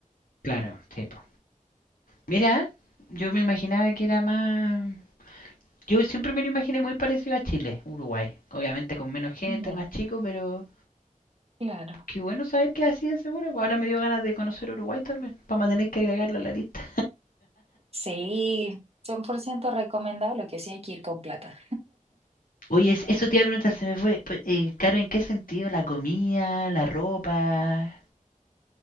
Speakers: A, on the left; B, on the right.
A: Claro, sí. po. Mira, yo me imaginaba que era más... Yo siempre me lo imaginé muy parecido a Chile, Uruguay. Obviamente con menos gente,
B: Ya,
A: más chico, pero
B: claro.
A: qué bueno saber que así es seguro. pues Ahora me dio ganas de conocer Uruguay también. Vamos a tener que agregarlo a la lista.
B: Sí, 100% recomendable, que sí hay que ir con plata.
A: Oye, es- eso te iba a preguntar, se me fue. pe- eh, claro, ¿en qué sentido? ¿La comida, la ropa?